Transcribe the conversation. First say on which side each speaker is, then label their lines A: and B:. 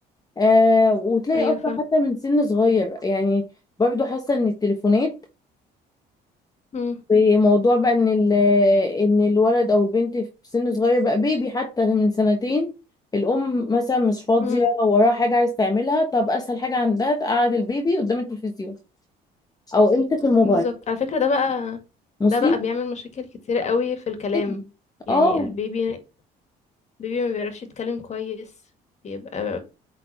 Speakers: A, on the left (about 20°); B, on the left (about 40°).
A: آه وتلاقي
B: أيوة
A: اصلا
B: فاهم
A: حتى من سن صغير يعني برضو حاسه ان التليفونات
B: مم.
A: وموضوع بقى ان ال- ان الولد او البنت في سن صغير بقى بيبي حتى من سنتين الام مثلا مش فاضيه
B: مم.
A: وراها حاجه عايز تعملها طب اسهل حاجه عندها تقعد البيبي قدام التلفزيون او امسك الموبايل
B: بالظبط على فكرة ده بقى
A: مصيبه
B: ده بقى بيعمل مشاكل كتير قوي في الكلام
A: جداً.
B: يعني
A: اه
B: البيبي بيبي ما بيعرفش يتكلم كويس بيبقى